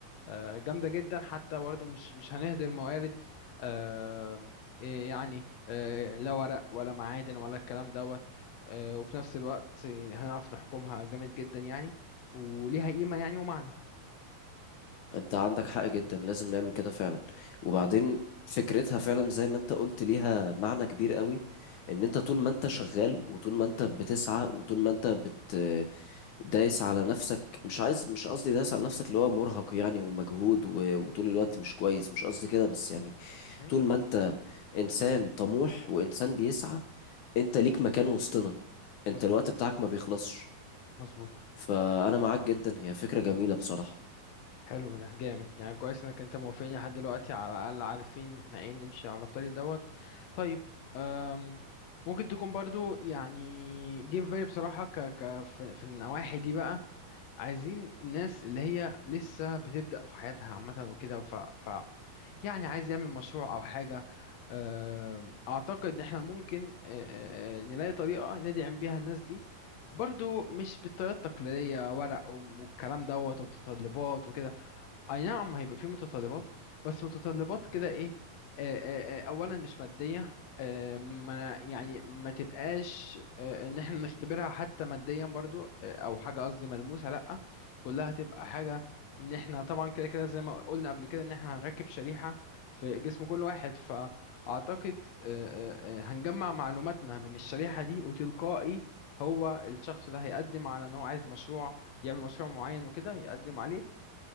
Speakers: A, on the left (about 85°); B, on the left (about 70°).
A: آه، جامدة جدا حتى برضه مش مش هنهدر موارد آه، إيه يعني آه، لا ورق ولا معادن ولا الكلام دوت آه، وفي نفس الوقت هنعرف نحكمها جامد جدا يعني وليها قيمة يعني ومعنى
B: انت عندك حق جدا لازم نعمل كده فعلا وبعدين فكرتها فعلا زي ما انت قلت ليها معنى كبير قوي ان انت طول ما انت شغال وطول ما انت بتسعى وطول ما انت بت دايس على نفسك مش عايز مش قصدي دايس على نفسك اللي هو مرهق يعني ومجهود و... وطول الوقت مش كويس مش قصدي كده بس يعني
A: مهم.
B: طول ما انت انسان طموح وانسان بيسعى انت ليك مكان وسطنا انت
A: مظبوط
B: الوقت بتاعك ما بيخلصش
A: مظبوط
B: فانا معاك جدا هي فكرة جميلة بصراحة
A: حلو ده جامد يعني كويس انك انت موافقني لحد دلوقتي على الاقل عارفين احنا ايه نمشي على الطريق دوت طيب أم ممكن تكون برضو يعني جه في بالي بصراحة ك ك في, في النواحي دي بقى عايزين الناس اللي هي لسه بتبدأ في حياتها عامة وكده ف, ف يعني عايز يعمل مشروع او حاجة أم، اعتقد ان احنا ممكن أه، أه، أه، نلاقي طريقة ندعم بيها الناس دي برضو مش بالطريقة التقليدية ورق والكلام دوت ومتطلبات وكده اي نعم هيبقى في متطلبات بس متطلبات كده ايه آه، آه، آه، اولا مش ماديه آه، ما يعني ما تبقاش آه، ان احنا نختبرها حتى ماديا برضو آه، او حاجه قصدي ملموسه لا كلها تبقى حاجه ان احنا طبعا كده كده زي ما قلنا قبل كده ان احنا هنركب شريحه في جسم كل واحد فاعتقد آه، آه، آه، هنجمع معلوماتنا من الشريحه دي وتلقائي هو الشخص ده هيقدم على ان هو عايز مشروع يعمل مشروع معين وكده يقدم عليه